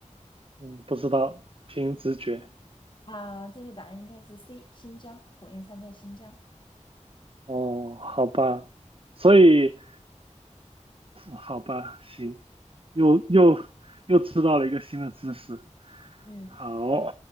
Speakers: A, on the right; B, on the left.
A: 嗯，不知道，凭直觉。
B: 啊、正确答案应该是 C. 新疆，火焰山在新疆。
A: 哦，好吧，所以好吧，行，又又又知道了一个新的知识。
B: 嗯，
A: 好，